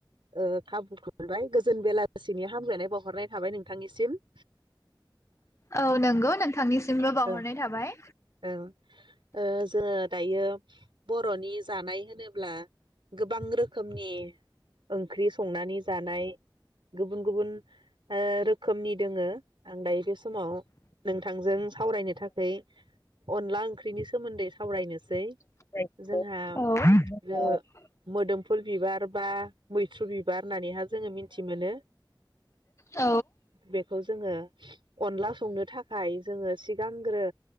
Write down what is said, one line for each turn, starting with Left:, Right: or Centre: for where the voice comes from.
Right: ओ खाबुखौबाय गोजोन बेलासिनि हामग्लायनाय बावहरनाय थाबाय नोंथांनिसिम।
Left: औ नोंगौ नोंथांनिसिमबो बावहरनाय
Right: ओ
Left: थाबाय।
Right: ओ ओ जोङो दायो। बर'नि जानाय होनोब्ला गोबां रोखोमनि ओंख्रि संनानै जानाय गुबुन गुबुन ओ रोखोमनि दोङो आं दायो। बे समाव नोंथांजों सावरायनो थाखै अनला ओंख्रिनि सोमोन्दै सावरायनोसै।
Left: औ
Right: जोंहा
Left: <unintelligible>
Right: ओ मोदोमफुल बिबार बा मैथ्रु बिबार होननानैहा जोङो मिथि मोनो
Left: औ
Right: बेखौ जोङो अनला संनो थाखाय जोङो सिगांग्रो